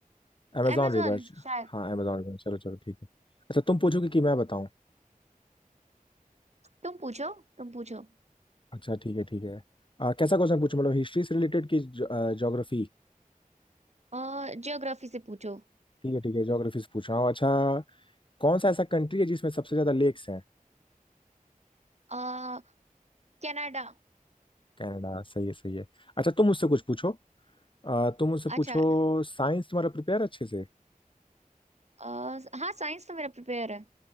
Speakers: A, on the left (about 35°); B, on the right (about 50°).
A: Amazon
B: amazon
A: river
B: शायद
A: हाँ अमेजोन रिवर चलो चलो ठीक है अच्छा तुम पूछोगे कि मैं बताऊं
B: तुम पूछो तुम पूछो
A: अच्छा ठीक है ठीक है आ, कैसा क्वेश्चन पूछूं मतलब हिस्ट्री से रिलेटेड कि ज्योग्राफी
B: अ ज्योग्राफी से पूछो
A: ठीक है ठीक है ज्योग्राफी से पूछ रहा हूँ अच्छा कौन सा ऐसा कंट्री है जिसमें सबसे ज्यादा लेक्स हैं
B: आ, कनाडा
A: कनाडा सही है सही है अच्छा तुम मुझसे कुछ पूछो आ, तुम मुझसे पूछो
B: अच्छा
A: साइंस तुम्हारा प्रिपेयर अच्छे से
B: अ, हाँ साइंस तो मेरा प्रिपेयर है